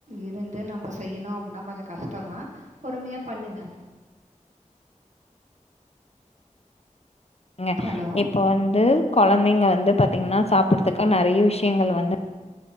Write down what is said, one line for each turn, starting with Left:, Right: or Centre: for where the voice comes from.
Right: இருந்து நம்ம செய்யணு அப்னா கொஞ்சோ கஷ்டந்தா பொறுமியா பண்ணுங்க
Left: ங்க
Right: ஹலோ?
Left: இப்போ வந்து கொழந்தைங்க வந்து பாத்தீங்ன்னா சாப்பற்துக்கு நெறைய விஷ்யங்கள் வந்து